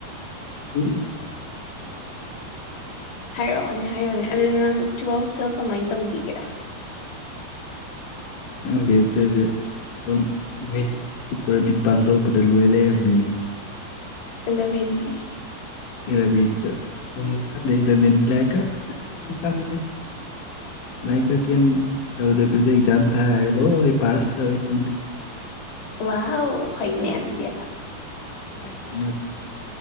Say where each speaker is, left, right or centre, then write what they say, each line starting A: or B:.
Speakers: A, on the left; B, on the left.
A: ꯎꯝ
B: ꯍꯥꯏꯔꯛꯑꯣꯅꯦ ꯍꯥꯏꯔꯛꯑꯣꯅꯦ ꯑꯗꯨꯗꯤ ꯅꯪ ꯇꯨꯋꯦꯜꯐꯇ ꯀꯃꯥꯏꯅ ꯇꯧꯈꯤꯒꯦ
A: ꯈꯪꯗꯠꯇꯣꯏꯁꯦ ꯑꯗꯨꯝ ꯃꯤꯠ ꯀꯨꯞꯄꯔ ꯃꯤꯠ ꯄꯥꯡꯊꯣꯔꯛꯄꯗ ꯂꯣꯏ ꯂꯩꯔꯝꯃꯦ
B: ꯂꯕꯦꯟꯗꯤ
A: ꯏꯂꯚꯦꯟꯁꯨ ꯁꯨꯝꯗꯦ ꯏꯂꯚꯦꯟ ꯂꯥꯏꯔꯤꯛ ꯀꯩꯝꯗꯦ ꯂꯥꯏꯔꯤꯛ ꯀ ꯀꯩ ꯇꯧꯗꯕꯤꯗ ꯑꯦꯛꯖꯥꯝ ꯊꯥꯔꯦ ꯂꯣꯏ ꯄꯥꯁ ꯇꯧꯋꯤ ꯈꯪꯗꯦ
B: ꯋꯥ <unintelligible> ꯍꯩꯅꯦ ꯑꯗꯨꯗꯤꯌꯥ
A: ꯀꯥꯏ ꯇꯩꯅꯣꯗ